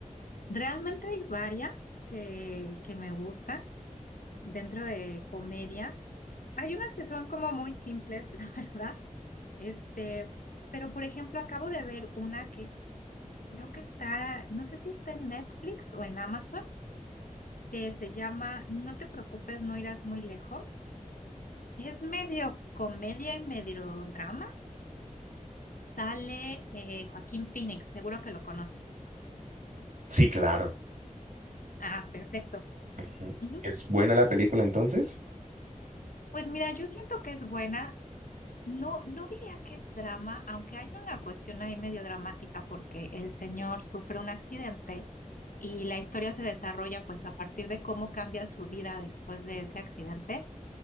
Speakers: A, on the left; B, on the right.
A: realmente hay varias que, que me gustan dentro de comedia. Hay unas que son como muy simples, <laughs> la verdad Este, pero por ejemplo, acabo de ver una que creo que está, no sé si está en Netflix o en Amazon, que se llama No te preocupes, no irás muy lejos. Es medio comedia y medio drama. Sale eh, Joaquín Phoenix, seguro que lo conoces.
B: Sí, claro.
A: Ah, perfecto.
B: Ujú.
A: Ujú.
B: ¿Es buena la película entonces?
A: Pues mira, yo siento que es buena. No, no diría que es drama, aunque hay una cuestión ahí medio dramática porque el señor sufre un accidente y la historia se desarrolla pues a partir de cómo cambia su vida después de ese accidente.